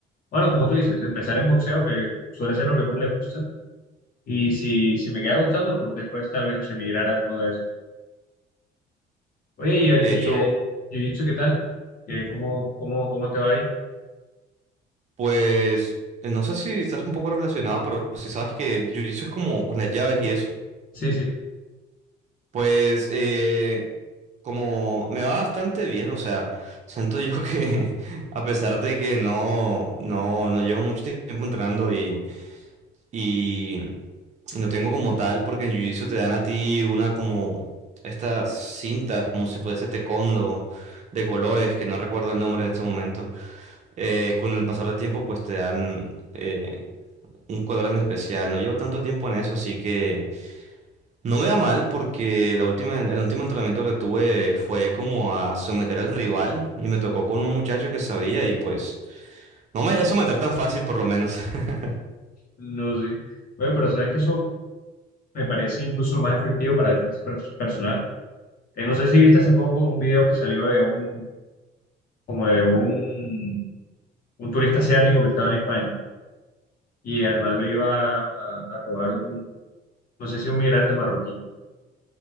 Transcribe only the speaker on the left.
Bueno, como tú dices, empezar en boxeo, que suele ser lo que más le gusta. Y si, si me queda gustando, pues después tal vez se migrar a uno de esos. Oye, ¿y el,
y
el jiu-jitsu qué tal? ¿Qué- cómo, cómo, cómo te va ahí?
Sí, sí,
no sé. Oye, pero sabes que eso me parece incluso lo más efectivo para defensa per- personal. Eh, no sé si viste hace poco un video que salió de un, como de un, un turista asiático que estaba en España y al man lo iba a, a robar un, no sé si un migrante marroquí.